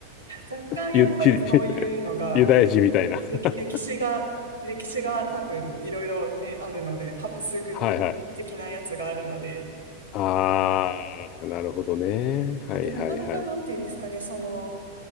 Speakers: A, on the right; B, on the left.
A: 若干やっぱりそういうのが、
B: ユ、ひ <laughs> ユダヤ人みたいな。
A: 歴、
B: <laughs>
A: 歴史が、歴史が多分いろいろね、あるので、ハプスブルク的なやつがあるので、
B: はいはい。ああ、なるほどね。はいはいはい。
A: だってなかなかなんていうんですかね、その、